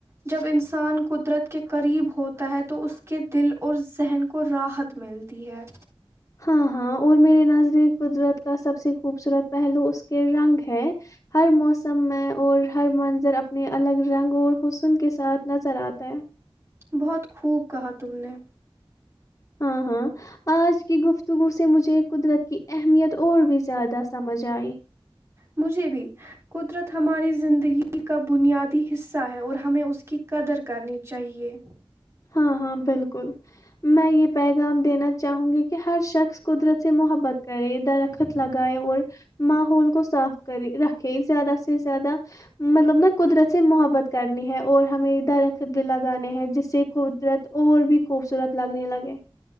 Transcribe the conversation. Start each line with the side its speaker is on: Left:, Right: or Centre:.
Right: جب انسان قدرت کے قریب ہوتا ہے تو اس کے دل اور ذہن کو راحت ملتی ہے
Left: ہاں ہاں اور میرے نظری قدرت کا سب سے خوبصورت پہلو اس کے رنگ ہے ہر موسم میں اور ہر منظر اپنے الگ رنگ اور حسن کے ساتھ نظر آتا ہے
Right: بہت خوب کہا تم نے
Left: ہاں ہاں آج کی گفتگو سے مجھے قدرت کی اہمیت اور بھی زیادہ سمجھ آئی
Right: مجھے بھی قدرت ہماری زندگی کا بنیادی حصہ ہے اور ہمیں اس کی قدر کرنی چاہیے
Left: ہاں ہاں بالکل میں یہ پیغام دینا چاہوں گی کہ ہر شخص قدرت سے محبت کرے درخت لگائے اور ماحول کو صاف کرے رکھے زیادہ سے زیادہ مطلب نا قدرت سے محبت کرنی ہے اور ہمیں درخت بھی لگانے ہیں جس سے قدرت اور بھی خوبصورت لگنے لگے